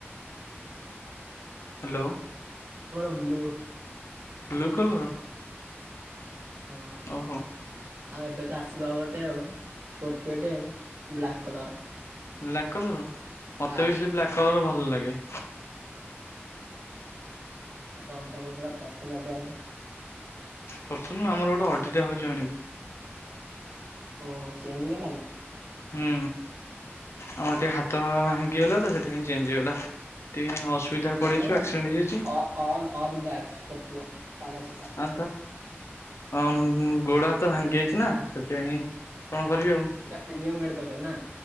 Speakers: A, on the left (about 75°); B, on the right (about 80°).
A: ହ୍ୟାଲୋ।
B: ମର ବୁଲୁ
A: ବ୍ଲୁ କଲର
B: ହଁ
A: ଓହୋ।
B: ଆଉ ଏବେ ତ ଆସିବ ଗୋଟେ ଆଉ ସ୍କୋପିଓ ଟେ ଆଉ ବ୍ଲାକ୍ କଲର।
A: ବ୍ଲାକ୍ କଲର ମତେ
B: ଆଉ
A: ବି ସେ ବ୍ଲାକ୍ କଲର ଭଲ ଲାଗେ।
B: ଆଉ ତମତାା କଦା ଫର୍ଚ ଦେ
A: କରସୁନ ଆମର ଗୋଟେ ଅଟା ହଉଛି ଆଣିବୁ
B: ଓ ଚେଞ୍ଜ ହେଇଗଲା କି?
A: ହୁଁ। ଆମର ଟିକେ ହାତ ଭାଙ୍ଗିଗଲା ତ ସେଥିପାଇଁ ଚେଞଜ ହେଇଗଲା ଟିକେ ସୁବିଧାରେ ପଡିଯାଇଛ
B: ଆମର
A: ଆକ୍ସିଡେଣ୍ଟ ହେଇଯାଇଛି
B: ଅ ଅଲ୍ ଅଲ୍ ବ୍ଲାକ୍ ସ୍କୋର୍ପିଓ ତାଲା ସିସା
A: ଆ ହଁ ଗୋଡା ହାତ ଭାଙ୍ଗି ଯାଇଛି ନା ସେଥିପାଇଁ କଣ କରିବି ଆଉ
B: ତୁରା ପ୍ରିମିୟମ ଗଢିତ କେ ନା